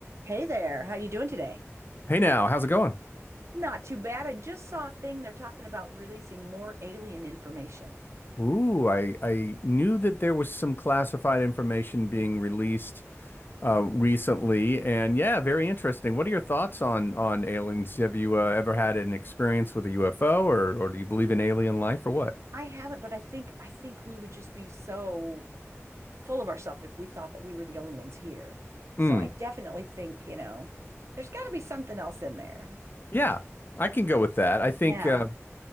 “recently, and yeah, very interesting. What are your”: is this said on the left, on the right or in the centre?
Left